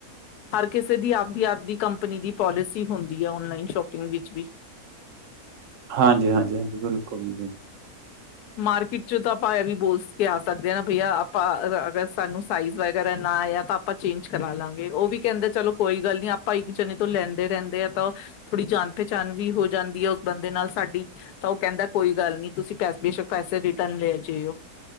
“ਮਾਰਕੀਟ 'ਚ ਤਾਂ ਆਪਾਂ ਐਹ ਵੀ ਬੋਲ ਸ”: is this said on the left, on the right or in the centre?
Left